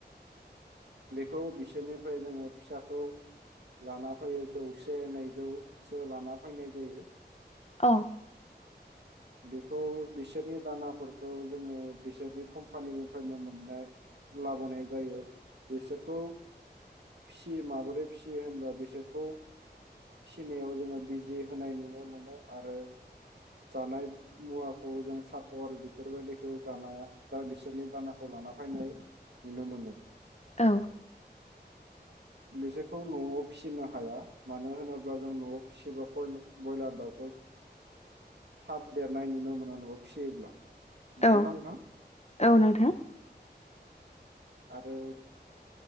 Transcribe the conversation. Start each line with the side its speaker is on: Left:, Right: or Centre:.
Right: बेखौ बिसोरनिफ्राय जोङो फिसाखौ लाना फैयो जौसे नैजौसो लाना फैनाय जायो।
Left: औ
Right: <inaudible> बेखौ बिसोरनि दानाफोरखौ जोङो बिसोरनि कम्पानिनिफ्रायनो मोननाय लाबोनाय जायो बिसोरखौ फिसियो माबोरै फिसियो होनबा बिसोरखौ। फिसिनायाव जोङो बिजि होनाय नुनो मोनो आरो। जानाय मुवाखौ जों सापर बेफोरबायदिखौ जानाया दा बिसोरनि दानाखौ। लाफायनाय नुनो मोनो।
Left: औ
Right: बिसोरखौ न'आव फिसिनो हाया, मानो होनोब्ला जों न'आव फिसिबा ब्रयलार दाउखौ थाब देरनाय नुनो मोना न'आव फिसियोब्ला नंगौना
Left: औ
Right: नोंथां
Left: औ नोंथां।
Right: आरो